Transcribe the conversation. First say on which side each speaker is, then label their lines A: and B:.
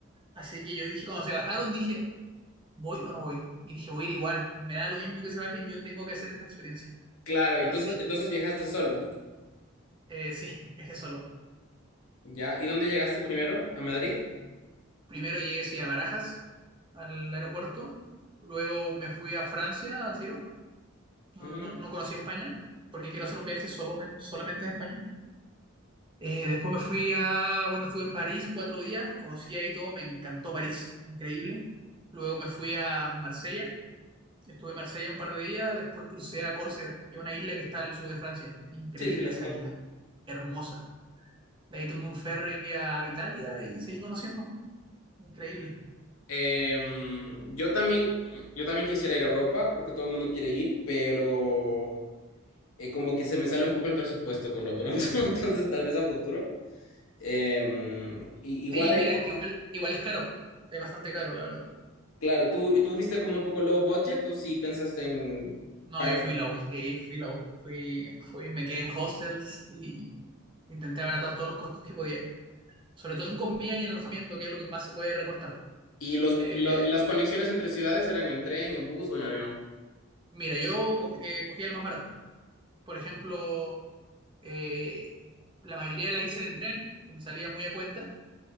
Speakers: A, on the right (about 25°); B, on the left (about 80°).
A: Así que yo dije, cuando se bajaron, dije, ¿voy o no voy? Y dije, voy a ir igual, me da lo mismo que se bajen, yo tengo que hacer esta experiencia.
B: Claro, entonces,
A: Así,
B: entonces viajaste solo.
A: eh, sí, viajé solo.
B: ¿Ya? ¿Y dónde llegaste primero? ¿A Madrid?
A: Primero llegué sí, a Barajas, al aeropuerto, luego me fui a Francia al tiro, no,
B: Ujú.
A: no, no conocí España, porque quiero hacer un viaje solamente, solamente en España. Eh, después me fui a, bueno, estuve en París cuatro días, conocí ahí todo, me encantó París, increíble. Luego me fui a Marsella, estuve en Marsella un par de días, después crucé a Córcega, que es una isla que está al sur de Francia, increíble
B: Sí, sí, la
A: esa
B: conozco.
A: isla, hermosa. De ahí tomé un ferry a Italia y seguí conociendo, increíble.
B: Em, yo también, yo también quisiera ir a Europa, creo que todo el mundo quiere ir, pero eh, como que se me sale un poco el presupuesto por lo pronto, <laughs> entonces tal vez a futuro. Em, y- igual
A: Sí,
B: ahí,
A: mira,
B: como-
A: es que igual, igual es caro, es bastante caro, la verdad.
B: claro, ¿tú, tú fuiste como un poco low budget o sí pensaste en
A: No,
B: pagar?
A: yo fui low, sí, fui low, fui, fui, me quedé en hostels y intenté abaratar todos los costos que podía. sobre todo en comida y en alojamiento, que es lo que más se puede recortar.
B: ¿Y, los,
A: Eh,
B: y lo- y las conexiones entre ciudades eran en tren, en bus o en avión?
A: mira, yo cogí, eh, cogía el más barato. Por ejemplo, eh, la mayoría la hice en tren, que me salía muy a cuenta,